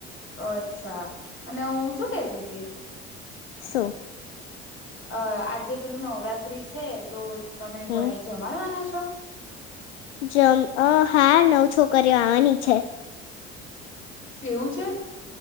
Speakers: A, on the left (about 35°); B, on the left (about 75°).
A: અચ્છા અને હું શું કેતીતી.
B: સો
A: અ આજે પેલું નવરાત્રી છે તો તમે
B: હમ
A: કોઈ જમાડવાના છો?
B: જમ હા નવ છોકરીઓ આવાની છે.
A: એવું છે.